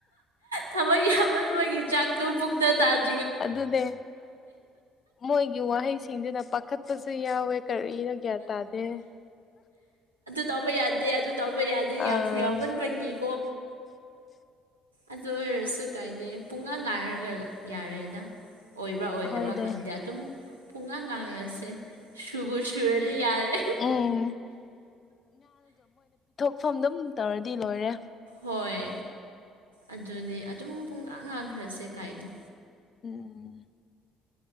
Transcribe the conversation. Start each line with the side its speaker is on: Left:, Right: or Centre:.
Right: ꯊꯕꯛ ꯍꯥꯃꯟꯕꯒꯤ ꯆꯥꯛꯇꯣ ꯄꯨꯛꯇ ꯇꯥꯗ
Left: ꯑꯗꯨꯅꯦ ꯃꯣꯏꯒꯤ ꯋꯥꯍꯩꯁꯤꯡꯗꯨꯅ ꯄꯥꯈꯠꯄꯁꯨ ꯌꯥꯎꯋꯦ ꯀꯔꯤꯔꯒꯦ ꯇꯥꯗꯦ
Right: ꯇꯕꯥꯩ ꯌꯥꯗꯩ ꯑ ꯑꯗꯨꯨ ꯇꯕꯥꯩ ꯌꯥꯗ ꯌꯥ
Left: ꯑꯥ
Right: ꯌꯥꯝ ꯌꯥꯎꯃꯅꯤ ꯕꯅꯤ
Left: <unintelligible>
Right: ꯑꯗꯨ ꯑꯣꯏꯔꯁꯨ ꯀꯥꯏꯗꯦ ꯄꯨꯡꯒ ꯉꯥꯏꯅꯔꯒ ꯌꯥꯔꯦꯗ ꯑꯣꯏꯕ꯭ꯔꯥ ꯑꯣꯏꯗꯕ꯭ꯔꯥ
Left: ꯍꯣꯏꯅꯦ
Right: ꯈꯪꯗꯦ ꯑꯗꯨꯝ ꯄꯨꯡꯒꯥꯡ ꯉꯥꯡꯉꯁꯦ ꯁꯨꯕ ꯁꯨꯔꯗꯤ ꯌꯥꯔꯦ
Left: ꯎꯝ ꯐꯣꯝ ꯑꯗꯨꯝ ꯇꯧꯔꯗꯤ ꯂꯣꯏꯔꯦ
Right: ꯍꯣꯏ ꯑꯗꯨꯅꯦ ꯑꯗꯨꯝ ꯄꯨꯡꯀ ꯉꯥꯡꯈ꯭ꯔꯁꯦ ꯀꯥꯏꯗꯦ
Left: ꯎꯝ